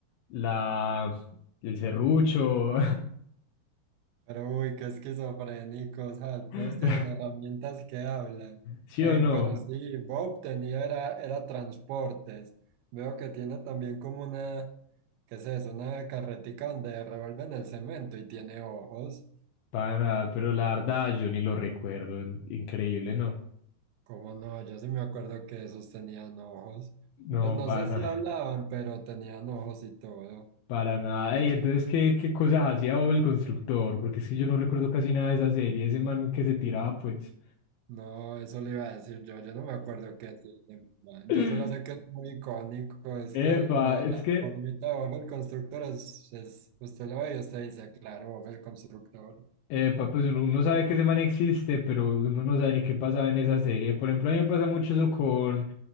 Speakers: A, on the left (about 80°); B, on the right (about 90°).
A: la, el serrucho.
B: Pero uy, qué esquizofrénicos, ah,
A: <laughs>
B: todos tienen herramientas que hablan.
A: ¿Sí
B: Ey,
A: o no?
B: pero sí, Bob tenía era, era transportes. Veo que tiene también como una, ¿qué es eso? Una carretica donde revuelven el cemento y tiene ojos.
A: Para nada, pero la verdad yo ni lo recuerdo. in- Increíble, ¿no?
B: ¿Cómo no? Yo sí me acuerdo que esos tenían ojos.
A: No,
B: Pues no
A: para
B: sé
A: nada.
B: si hablaban, pero tenían ojos y todo.
A: Para nada. Ey, entonces, ¿qué, qué cosas hacía Bob el constructor? Porque es que yo no recuerdo casi nada de esa serie, ese man que se tiraba, pues.
B: No, eso le iba a decir yo, yo no me acuerdo qué hacía ese man.
A: <laughs>
B: Yo solo sé que es muy icónico, es
A: Epa,
B: que la,
A: es
B: la
A: que
B: formita de Bob el Constructor es, es- usted lo ve y usted dice, claro, Bob el Constructor.
A: Epa, pues uno, uno sabe que ese man existe, pero uno no sabe ni qué pasaba en esa serie. Por ejemplo, a mí me pasa mucho eso con,